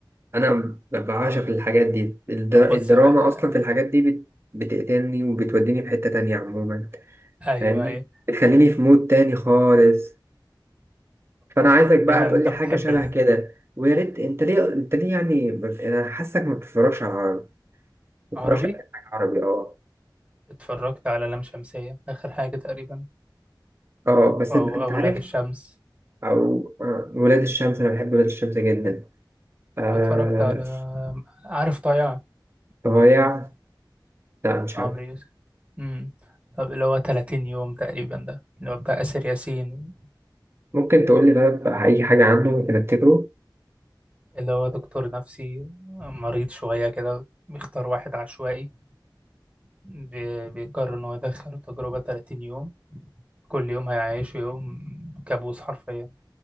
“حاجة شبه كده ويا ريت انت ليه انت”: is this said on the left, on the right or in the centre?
Right